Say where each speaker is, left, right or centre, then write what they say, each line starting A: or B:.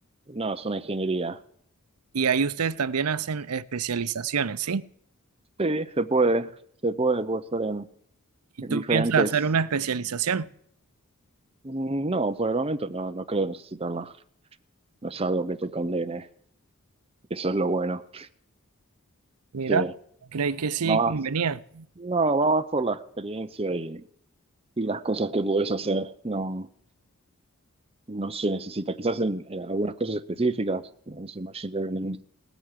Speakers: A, on the right (about 25°); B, on the right (about 90°).
A: No, es una ingeniería.
B: Y ahí ustedes también hacen especializaciones, ¿sí?
A: Sí, se puede, se puede, puede ser en,
B: ¿Y
A: en
B: tú
A: diferentes...
B: piensas hacer una especialización?
A: Mm, No, por el momento no, no creo necesitarla. No es algo que te condene, eso es lo bueno.
B: Mira,
A: Sí,
B: creí que sí
A: va
B: convenía.
A: más, no, va más por la experiencia y, y las cosas que puedes hacer. No. no se necesita. Quizás en, en algunas cosas específicas, como no sé, Machine Learning,